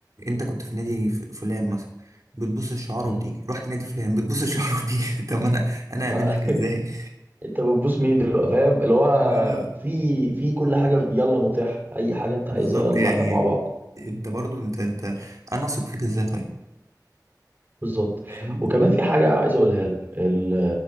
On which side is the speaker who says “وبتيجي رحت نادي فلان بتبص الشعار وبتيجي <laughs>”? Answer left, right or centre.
Right